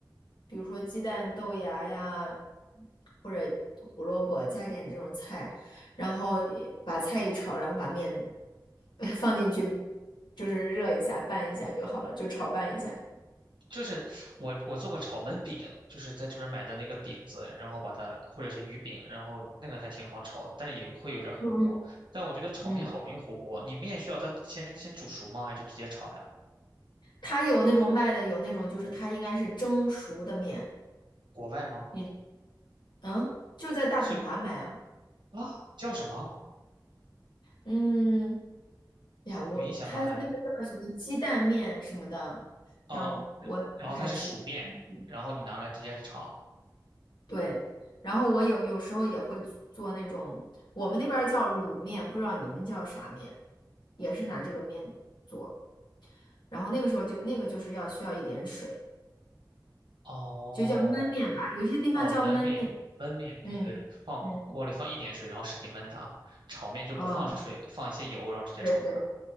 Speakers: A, on the left (about 80°); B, on the right (about 85°).
A: 比如说鸡蛋豆芽呀，或者胡萝卜，加一点这种菜，然后呃把菜一炒，然后把面 <laughs> 呃放进去，就是热一下，拌一下就好了，就炒拌一下就好。
B: 就是我我做过炒焖饼，就是在这边买的那个饼子，然后把它或者是鱼饼，然后那个还挺好炒的，但是也会有点糊锅。
A: 嗯
B: 但我觉得炒面好容易糊锅，
A: 嗯
B: 你面需要它先先煮熟吗？还是就直接炒呀？
A: 它有那种卖的，有那种就是它应该是蒸熟的面。
B: 国外吗？
A: 你嗯，就在大统华买啊。
B: 是啊，叫什么？
A: 嗯，哎呀，我它那个叫什么鸡蛋面什么的，
B: 有印象吗？还
A: 让我不太记。
B: 哦，然然后它是熟面，
A: 嗯
B: 然后你拿来直接炒。
A: 对，然后我有有时候也会做那种，我们那边儿叫卤面，不知道你们叫啥面，也是拿这个面做。然后那个时候就那个就是要需要一点水，
B: 哦
A: 就叫焖面吧，有些地方叫焖面。
B: 哦，焖面焖面就是放锅里放一点水，
A: 嗯嗯，
B: 然后使劲焖它。炒面就不放水，
A: 啊，
B: 放一些油，然后直接炒它。
A: 对对。